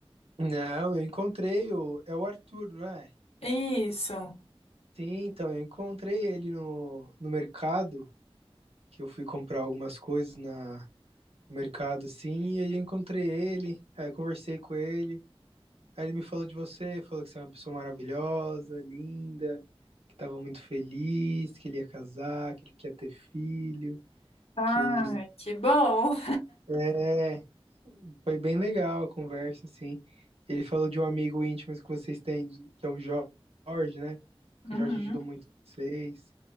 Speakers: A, on the right (about 80°); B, on the left (about 80°).
A: Não, eu encontrei o. É o Arthur, não é?
B: Isso.
A: Sim, então, eu encontrei ele no, no mercado, que eu fui comprar algumas coisas na, no mercado, assim, e aí eu encontrei ele, aí eu conversei com ele, aí ele me falou de você, falou que você é uma pessoa maravilhosa, linda, que estava muito feliz, que ele ia casar, que ele quer ter filho,
B: Ah,
A: que ele
B: que bom.
A: é. Foi bem legal a conversa, assim. Ele falou de um amigo íntimo que vocês têm, que é o Jorge, né? Que
B: Uhum.
A: o Jorge ajudou muito vocês.